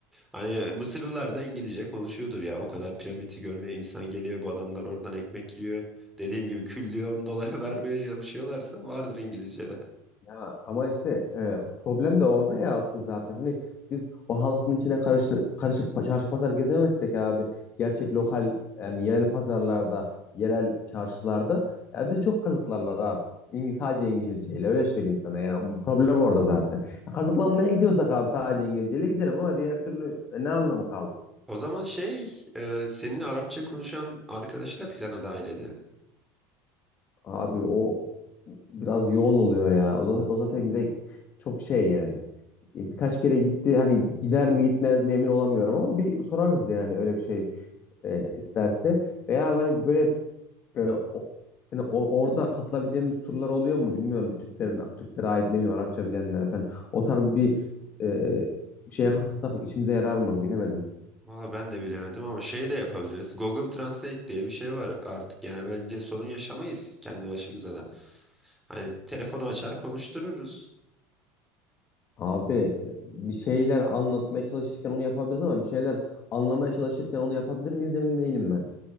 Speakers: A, in the centre; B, on the left.
A: Hani Mısırlılar da İngilizce konuşuyordur ya. O kadar piramidi görmeye insan geliyor. Bu adamlar oradan ekmek yiyor. Dediğim gibi küllyon dolara <laughs> vermeye çalışıyorlarsa vardır İngilizceleri.
B: Ya ama işte e, problem de orada ya asıl zaten. Hani biz o halkın içine karışı, karışıp pa- çarşı pazar gezemezsek abi gerçek lokal yani yerel pazarlarda, yerel çarşılarda ya bizi çok kazıklarlar abi. İngiliz, sadece İngilizceyle öyle söyleyeyim sana yani problem orada zaten. Kazıklanmaya gidiyorsak abi sadece İngilizceyle gidelim ama diğer türlü e, ne anlamı kaldı?
A: O zaman şey e, senin Arapça konuşan arkadaşı da plana dahil edelim.
B: Abi o biraz yoğun oluyor ya. O, za- o zaten bir de çok şey yani. E, Birkaç kere gitti hani gider mi gitmez mi emin olamıyorum ama bir sorarız yani öyle bir şey e, isterse. Veya hani böyle e, o, yani o- orada katılabileceğimiz turlar oluyor mu bilmiyorum. Türklerin Türklere ait ne bileyim Arapça bilenler falan. O tarz bir e, şeye katılsak işimize yarar mı bilemedim.
A: Valla ben de bilemedim ama şey de yapabiliriz. Google Translate diye bir şey var artık yani bence sorun yaşamayız kendi başımıza da. Hani telefonu açar konuştururuz.
B: Abi e, bir şeyler anlatmaya çalışırken onu yapabiliriz ama bir şeyler anlamaya çalışırken onu yapabilir miyiz emin değilim ben.